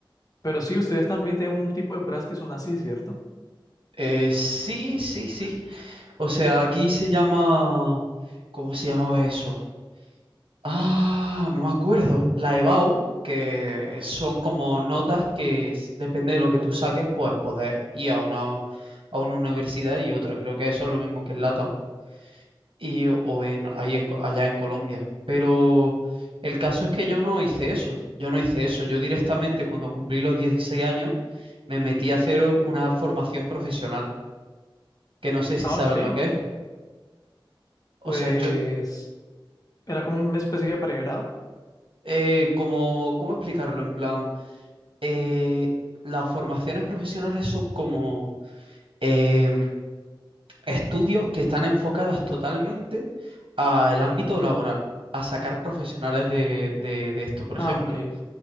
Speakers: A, on the left (about 40°); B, on the right (about 80°).
A: pero sí, ustedes también tienen un tipo de pruebas que son así, ¿cierto?
B: Eh, sí, sí, sí. O sea, aquí se llama, ¿cómo se llamaba eso? Ah, no me acuerdo. La EBAU, que son como notas que s- depende de lo que tú saques, pues podés ir a una, a una universidad y otra. Creo que eso es lo mismo que en LATAM y, o en, ahí en Co- allá en Colombia. Pero el caso es que yo no hice eso. Yo no hice eso. Yo directamente cuando cumplí los 16 años me metí a hacer u- una formación profesional, que no sé si
A: Ah,
B: sabes
A: ok.
B: lo que es. O
A: Pues
B: sea, yo,
A: era como una especie de pregrado.
B: eh, como, ¿cómo explicarlo? En plan... eh, las formaciones profesionales son como eh, estudios que están enfocadas totalmente al ámbito laboral, a sacar profesionales de, de- de esto. Por
A: Ah,
B: ejemplo,
A: ok.